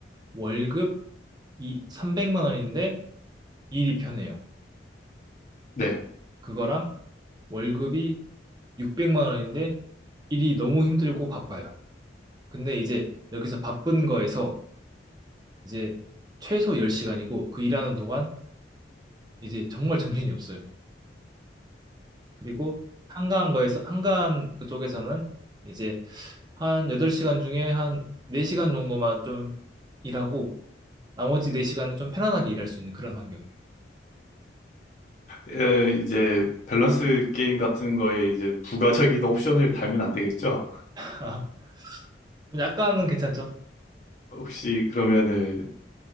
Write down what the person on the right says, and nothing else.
월급 이 300만 원인데 일이 편해요.
그거랑 월급이 600만 원인데 일이 너무 힘들고 바빠요. 근데 이제 여기서 바쁜 거에서 이제 최소 10시간이고 그 일하는 동안 이제 정말 정신이 없어요. 그리고 한가한 거에서 한가한 그쪽에서는 이제 한 8시간 중에 한 4시간 정도만 좀 일하고 나머지 4시간은 좀 편안하게 일할 수 있는 그런 환경이에요.
<laughs> 약간은 괜찮죠?